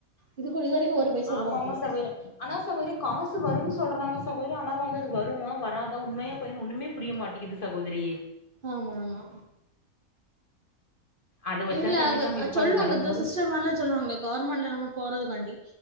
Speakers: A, on the right; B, on the left.
A: இது இது வரைக்கும் ஒரு பைசா
B: ஆமா
A: கூட வரல.
B: ஆமா சகோதரி ஆனா சகோதரி காசு வரும்னு சொல்றாங்க சகோதரி ஆனா வந்தது வரும் வருமா வராதா உண்மையா போய்னு ஒண்ணுமே புரிய மாட்டேங்குது சகோதரி
A: ஆமா ஆமா
B: அத வச்சா
A: இல்ல
B: சகோதரி
A: அது
B: நம்ம இது பண்ண
A: சொல்லுவாங்க
B: வரும்போது
A: இந்த சிஸ்டர் மார்ல்லாம் சொல்லுவாங்க கவர்மெண்ட்ல நம்ம போறதுக்காண்டி